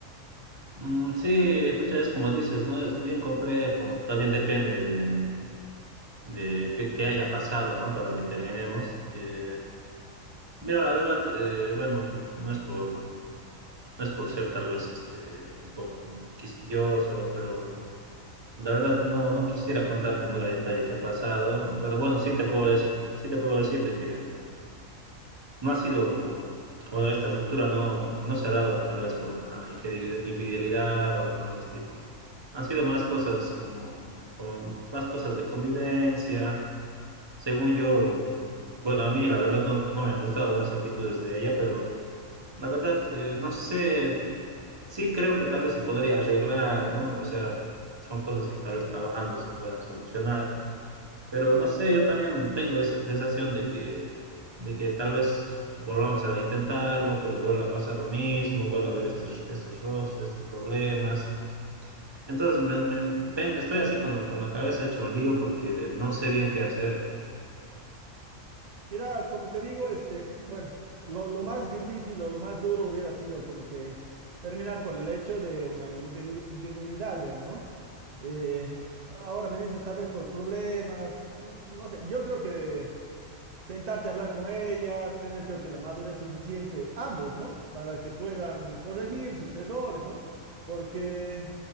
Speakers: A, on the right (about 25°); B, on the right (about 75°).
A: Mm, sí, escucha, es como dices, ¿no? Es bien complejo, también depende de, de qué, qué haya pasado, ¿no? Para que terminemos. Eh, mira, la verdad, eh, bueno, no es por... No es por ser tal vez este, un poco quisquilloso, pero la verdad no, no quisiera contarte muy a detalle qué ha pasado, pero bueno, sí te puedo decir, sí te puedo decir de que no ha sido, bueno, esta ruptura no, no se ha dado tal vez por una infidelidad infidelidad o algo por el estilo. Han sido más cosas como, como más cosas de convivencia. Según yo, bueno, a mí la verdad no, no me han gustado algunas actitudes de ella, pero la verdad eh, no sé, Sí, creo que tal vez se podría arreglar, ¿no? O sea, son cosas que tal vez trabajando se puedan solucionar, pero no sé, yo también tengo esa sensación de que, de que tal vez volvamos a intentarlo, pero vuelva a pasar lo mismo, vuelva a haber estos, estos roces, estos problemas. Entonces, me, me- tengo- estoy así con, con la cabeza hecho un lío porque no sé bien qué hacer.
B: Mira, como te digo, este, bueno, lo, lo más difícil o lo más duro hubiera sido como que terminar por el hecho de una infide- infidelidad, digamos, ¿no? Eh, ahora me dices tal vez por problemas, no, no sé, yo creo que sentarte a hablar con ella, tener creo que la madurez suficiente, ambos, ¿no? Para que puedan corregir sus errores, ¿no? Porque,